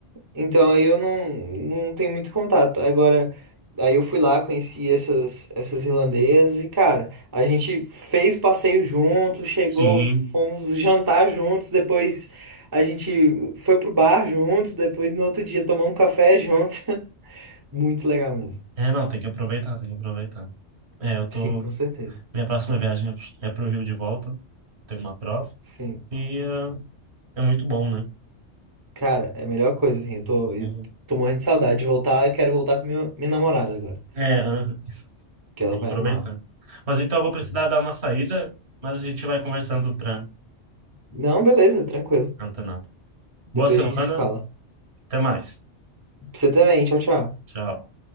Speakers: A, on the right; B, on the right.
A: Então aí eu não, não tenho muito contato. Agora, aí eu fui lá, conheci essas, essas irlandesas e, cara, a gente fez o passeio junto, chegou,
B: Sim.
A: fomos jantar juntos, depois a gente foi pro bar juntos, depois no outro dia tomamos um café junto. <laughs> Muito legal mesmo.
B: É, não, tem que aproveitar, tem que aproveitar. É, eu tô.
A: Sim, com certeza.
B: Minha próxima viagem é é pro Rio de volta. Tem uma prova.
A: Sim.
B: E eh, é muito bom, né?
A: Cara, é a melhor coisa, assim, eu tô, eu
B: Uhum.
A: tô morrendo de saudade de voltar, eu quero voltar com minha, minha namorada agora,
B: É, aham.
A: que ela
B: tem
A: vai
B: que aproveitar.
A: amar.
B: Mas então eu vou precisar
A: Sim.
B: dar uma saída, mas a gente vai conversando para
A: Não, beleza, tranquilo.
B: antenar. Boa
A: Depois
B: semana,
A: a gente se fala.
B: até mais.
A: Pra você também. Tchau, tchau.
B: Tchau.